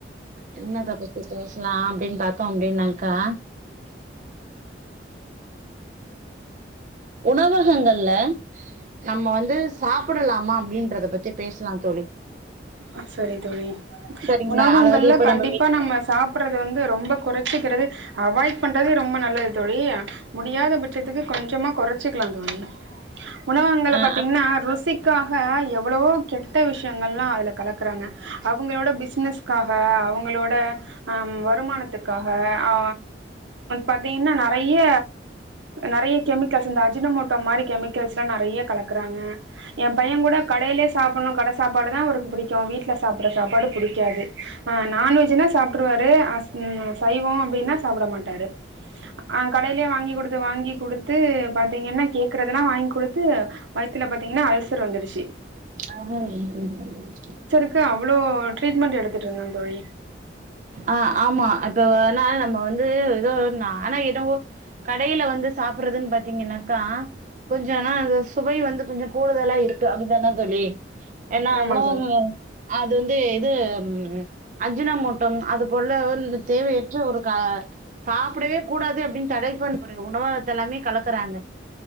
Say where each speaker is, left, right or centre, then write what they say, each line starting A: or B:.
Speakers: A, on the right; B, on the right.
A: என்னத்த பத்தி பேசலா அப்டின்னு பாத்தா அப்டின்னாக்கா உணவகங்கள்ல நம்ம வந்து சாப்பிடலாமா அப்டின்றத பத்தி பேசலாந் தோழி
B: அ சரி தோழி
A: சரிங்களா
B: உணவகங்கள்ல
A: அதாவது இப்ப
B: கண்டிப்பா
A: வீ
B: நம்ம சா ப்படறது வந்து ரொம்ப கொறச்சிக்கிறது அவாய்ட் பண்றது ரொம்ப நல்லது தோழி முடியாத பட்சத்துக்கு கொஞ்சமா கொறச்சிக்கலாந் தோழி உணவகங்கள்ல
A: ஆ
B: பாத்தீங்கன்னா ருசிக்காக எவ்ளவோ கெட்ட விஷ்யங்கள்ல்லா அதுல கல க்கறாங்க அவங்களோட பிசினஸ்க்காக அவங்களோட ஆம் வருமானத்துக்காக ஆ பாத்தீங்கன்னா நெறைய நறைய கெமிக்கல்ஸ் இந்த அஜினமோட்டோ மாரி கெமிக்கல்ஸ்ல்லா நறையா கலக்கறாங்க எம்பையங்கூட கடைலே சாப்பட்ணு கட சாப்பாடு தா அவருக்கு புடிக்கு வீட்ல சாப்பட்ற சாப்பாடு புடிக்காது அ நான்வெஜ்ஜுன்னா சாப்ட்ருவாரு ஆஸ் ன் அ சைவோ அப்டினா சாப்ட மாட்டாரு அ கடைலே வாங்கி குடுத்து வாங்கி குடுத் த்து பாத்தீங்கன்னா கேக்கறதெல்லா வாய்ங் குடுத்து வய்த்துல பாத்தீங்கன்னா அல்சர் வந்துருச்சி
A: <inaudible>
B: க்கு அவ்ளோ ட்ரீட்மெண்ட் எடுத்துட்ருந்த தோழி
A: அ ஆமா அப்ப வேணா நம்ம வந்து எதோ ஒன்னா ஆனாய்டு கடைல வந்து சாப்பட்றதுன் பாத்தீங்கன்னாக்கா கொஞ்ச ஆனா அது சுவை வந்து கொஞ்சோ கூடுதலா இருக்கு அப்டிதான தோழி ஏனா
B: ஆமா
A: உணவுகள்
B: தோழி
A: அது வந்து இது ம் அஜினமோட் டோம் அது போல ன்னு தேவையற்ற ஒரு கா சாப்படவே கூடாது அப்டின் தடை பண்ருக உணவகத்தெல்லாமே கலக்கறாங்க